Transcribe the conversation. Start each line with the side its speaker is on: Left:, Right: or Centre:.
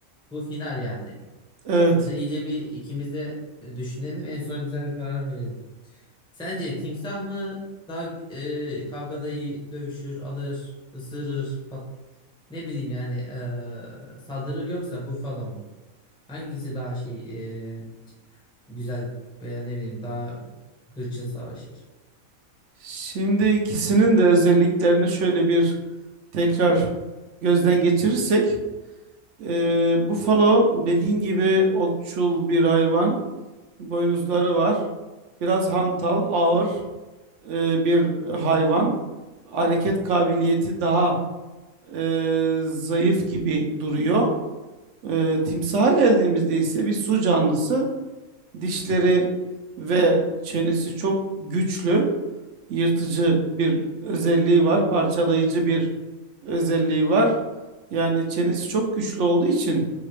Centre: Bu final yani.
Right: Evet.
Centre: Burada iyice bir ikimiz de e, düşünelim. En son güzel bir karar verelim. Sence timsah mı daha e, kavgada iyi dövüşür, alır, ısırır, pat- Ne bileyim yani eee, saldırı yoksa Buffalo mu? Hangisi daha şey eee, c- güzel veya ne bileyim daha hırçın savaşır?
Right: Şimdi ikisinin de özelliklerini şöyle bir tekrar gözden geçirirsek, e, bufalo dediğin gibi otçul bir hayvan, boynuzları var, biraz hantal, ağır e, bir hayvan, hareket kabiliyeti daha e, zayıf gibi duruyor. E, timsaha geldiğimizde ise bir su canlısı. dişleri ve çenesi çok güçlü, yırtıcı bir özelliği var, parçalayıcı bir özelliği var. Yani çenesi çok güçlü olduğu için